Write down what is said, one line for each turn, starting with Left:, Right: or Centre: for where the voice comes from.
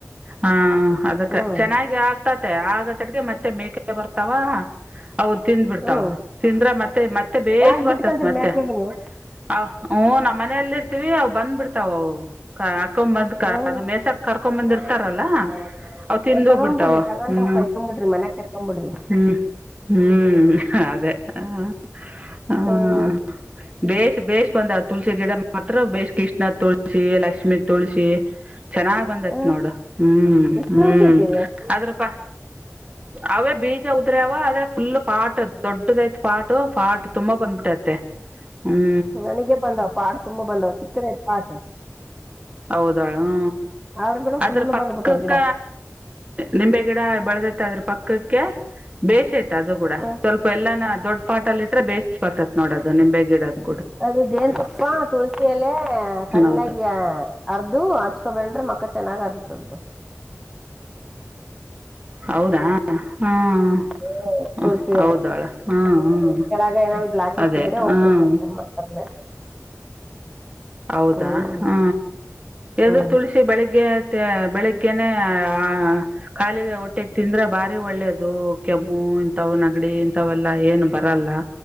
Right: ಹಾ ಅದಕ್ಕೆ
Centre: ಹ್ಮ್
Right: ಚೆನ್ನಾಗಿ ಆಗ್ತತೆ ಆಗತಡ್ಗೆ ಮತ್ತೆ ಮೇಕೆ ಬರ್ತಾವ ಅವು ತಿಂದ್ ಬಿಡ್ತಾವ
Centre: ಹ್ಮ್
Right: ತಿಂದ್ರ ಮತ್ತೆ ಮತ್ತೆ ಬೇೇಶ್
Centre: ಯಾಕ್
Right: ಬರ್ತತಿ
Centre: ಬಿಟ್ಕಂತರಿ
Right: ಮತ್ತೆ
Centre: ಮ್ಯಾಕ್ಯಾಗ ನೀವು
Right: ಅ ಹ ನಮ್ಮ್ ಮನೆಯಲ್ಲಿ ಇರ್ತೀವಿ ಅವು ಬಂದ್ಬಿಡ್ತಾವ ಅವು ಕರ್ಕೊ ಬಂದ್
Centre: ಹ್ಮ್
Right: ಅದು ಮೇಸಕ್ ಕರ್ಕೊ ಬಂದ್ ಇರ್ತಾರಲ್ಲ ಅವು ತಿಂದು
Centre: ಒಂದ್ ತಗೊಂಬಿಡ್ರಿ
Right: ಬಿಡ್ತಾವ
Centre: ತಗೊಂಡ್
Right: ಹ್ಮ್
Centre: ಕೊಯ್ಕೊಂಬಿಡ್ರಿ ಮನ್ಯಾಗ ಕೆರ್ಕೊಂಬಿಡ್ರಿ
Right: ಹ್ಮ್ ಹ್ಮ್ ಅದೇ ಹ
Centre: ಹ್ಮ್
Right: ಹ ಬೇಷ ಬೇಷ ಬಂದ ತುಳಸಿ ಗಿಡ ಮಾತ್ರ ಭೇಷ್ ಕೃಷ್ಣ ತುಳಸಿ ಲಕ್ಷ್ಮೀ ತುಳಸಿ ಚೆನ್ನಾಗ್ ಬಂದತ್
Centre: ಹ್ಮ್
Right: ನೋಡು ಹ್ಮ್
Centre: ಎಷ್ಟು
Right: ಹ್ಮ್
Centre: ತುಳಸಿ ಇಟ್ಟಿರಿ
Right: ಆದ್ರಪ್ಪಾ ಅವೇ ಬೀಜ ಉದ್ರವ ಆದ್ರೆ ಫುಲ್ ಪಾಟ್ ದೊಡ್ಡದೈತ್ ಪಾಟ್ ಪಾಟ್ ತುಂಬಾ ಬಂದ್ಬಿಟ್ಟೈತೆ ಹ್ಞೂ
Centre: ನನಗ ಬಂದವ ಪಾಟ್ ತುಂಬಾ ಬಂದಾವ ಚಿಕ್ಕದೈತೆ ಪಾಟ್
Right: ಹೌದ ಹಾ
Centre: ಆದ್ರ ಕೂಡ
Right: ಅದ್ರ
Centre: ಫುಲ್
Right: ಪಕ್ಕಕ್ಕ
Centre: ಬಂದ್ಬಿಟ್ಟವ್ ಗಿಡ
Right: ನಿಂಬೆ ಗಿಡ ಬೆಳೆದ ಅದ್ರ ಪಕ್ಕಕ್ಕೆ ಬೇಷ ಐತೆ ಅದು ಕೂಡ
Centre: ಹ್ಮ್
Right: ಸ್ವಲ್ಪ ಎಲ್ಲಾನ ದೊಡ್ ಪಾಟ ಅಲ್ಲಿ ಇಟ್ರೆ ಬೇಶ್ ಬರ್ತತೆ ನೋಡೋದು ನಿಂಬೆ ಗಿಡದು
Centre: ಅದು ಜೇನು ತಪ್ಪ ತುಳಸಿ ಎಲೆ ಸಣ್ಣಾಗಿ
Right: ಹೌದು
Centre: ಅರ್ದು ಹಚ್ಕೊಬಂಡ್ರೆ ಮಕ್ ಮಕ್ಕ ಚೆನ್ನಾಗಾದದ್ದಂತೆೆ
Right: ಹೌದಾ ಹ್ಮ್
Centre: ಹ್ಮ್
Right: ಹ
Centre: ತುಳಸಿ
Right: ಹೌದಾಳ
Centre: ಎಲೆ
Right: ಹ್ಮ್ ಹ್ಮ್
Centre: ಕೆಳಗ ಏನನ್ ಬ್ಲಾಕೆಟ್ಸ್
Right: ಅದೇ
Centre: ಇದ್ರೆ ಹೋಗ್ತದಂತೆ
Right: ಹ್ಮ್
Centre: ಮಕ್ಕದ ಮೇಲೆ
Right: ಹೌದಾ
Centre: ಹ್ಮ್
Right: ಹ ಇದು
Centre: ಹ್ಮ್
Right: ತುಳಸಿ ಬೆಳಿಗ್ಗೆ ಮತ್ತೆ ಬೆಳಿಗ್ಗೆನೆ ಆ ಖಾಲಿಗೆ ಹೊಟ್ಟೆಗೆ ತಿಂದ್ರೆ ಬಾರಿ ಒಳ್ಳೇದು ಕೆಮ್ಮು ಇಂತವ್ ನೆಗಡಿ ಇಂಥವೆಲ್ಲಾ ಏನು ಬರಲ್ಲ